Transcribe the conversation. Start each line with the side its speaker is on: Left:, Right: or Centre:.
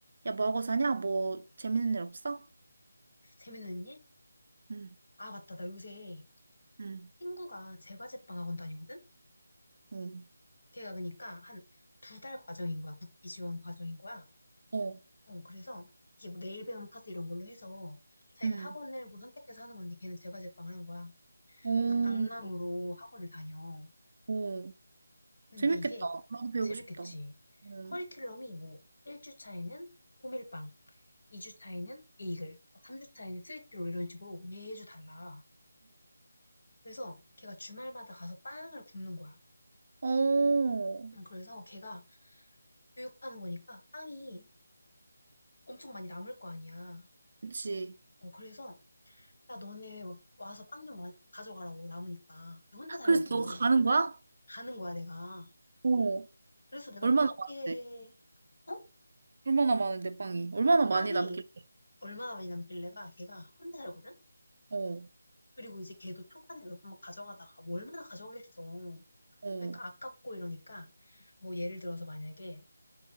Right: 야, 뭐 하고 사냐? 뭐 재밌는 일 없어?
Left: 재밌는 일?
Right: 응,
Left: 아, 맞다. 나 요새
Right: 응,
Left: 친구가 제과제빵 학원 다니거든?
Right: 응.
Left: 걔가 그러니까 한 두 달 과정인 거야. 국비 지원 과정인 거야.
Right: 어.
Left: 어, 그래서 이게 뭐 내일 배움 카드 이런 걸로 해서 자기가
Right: 응.
Left: 학원을 뭐 선택해서 하는 건데 걔는 제과제빵을 한 거야.
Right: 오,
Left: 그래서 강남으로 학원을 다녀.
Right: 오.
Left: 근데
Right: 재밌겠다.
Left: 이게
Right: 나도 배우고
Left: 재밌겠지.
Right: 싶다. 응.
Left: 커리큘럼이 뭐 1주 차에는 호밀빵, 2주 차에는 베이글, 3주 차에는 스위트롤 이런 식으로 매주 달라. 그래서 걔가 주말마다 가서 빵을 굽는 거야.
Right: 어. 어.
Left: 음, 그래서 걔가 교육하는 거니까 빵이 엄청 많이 남을 거 아니야.
Right: 그치.
Left: 어, 그래서 야 너네 와서 빵 좀 가져가라고 남으니까 걔 혼자 살거든.
Right: 그래서 너 가는 거야?
Left: 가는 거야 내가.
Right: 어.
Left: 그래서 내가
Right: 얼마나
Left: 그렇게
Right: 많은데?
Left: 어?
Right: 얼마나 많은데, 빵이? 얼마나 많이
Left: 빵이
Right: 남길래?
Left: 얼마나 많이 남길래가 걔가 혼자 살거든.
Right: 어.
Left: 그리고 이제 걔도 초반에 몇 번 가져가다가 뭐 얼마나 가져가겠어.
Right: 어.
Left: 그러니까 아깝고 이러니까 뭐 예를 들어서 만약에